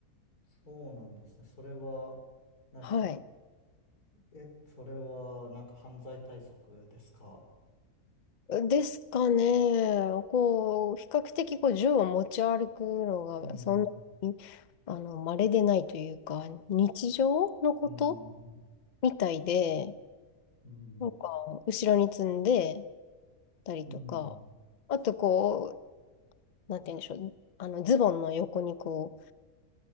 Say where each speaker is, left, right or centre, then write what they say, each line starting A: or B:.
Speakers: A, on the left; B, on the left.
A: そうなんですね。それは、何ですか
B: はい。
A: え、それは、なんか犯罪対策ですか
B: ですかね。こう、比較的こう銃を持ち歩くのが、
A: うん、
B: そんなに、あの、稀でないというか、日常のこと
A: うん、
B: みたいで、
A: うん、
B: なんか、後ろに積んでたりとか、
A: うん、
B: あとこう、なんて言うんでしょう。あの、ズボンの横にこ